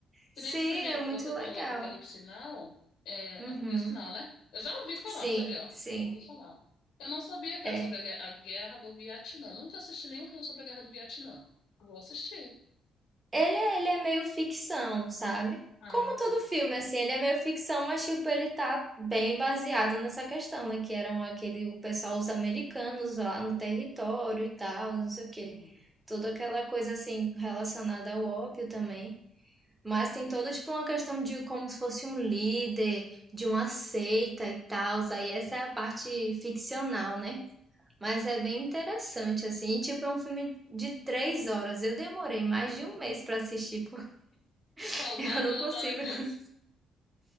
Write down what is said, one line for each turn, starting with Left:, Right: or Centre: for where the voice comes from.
Left: Que
Right: Sim,
Left: nem esse primeiro
Right: é muito
Left: que você falou,
Right: legal.
Left: o Apocalipse Now, é,
Right: Uhum.
Left: Apocalipse Now, né? Eu já ouvi falar,
Right: Sim,
Left: pra você ver, ó.
Right: sim.
Left: Eu ouvi falar. Eu não sabia que
Right: É,
Left: era sobre a, gue- a guerra do Vietnã. Nunca assisti nenhum filme sobre a guerra do Vietnã. Vou assistir.
Right: Ele, é- ele é meio ficção, sabe?
Left: Ah,
Right: Como todo
Left: tá
Right: filme,
Left: tudo bem.
Right: assim, ele é meio ficção, mas, tipo, ele tá bem baseado nessa questão, né? Que eram aquele, o pessoal, os americanos lá no território e tal, não sei o quê.
Left: Uhum.
Right: Toda aquela coisa, assim, relacionada ao ópio também. Mas tem toda, tipo, uma questão de como se fosse um líder, de uma seita e tal. Aí essa é a parte ficcional, né? Mas é bem interessante, assim. Tipo, é um filme de três horas. Eu demorei mais
Left: <laughs>
Right: de um mês pra assistir,
Left: Pausar
Right: <laughs> Eu não
Left: e voltar
Right: consigo.
Left: depois.
Right: <laughs>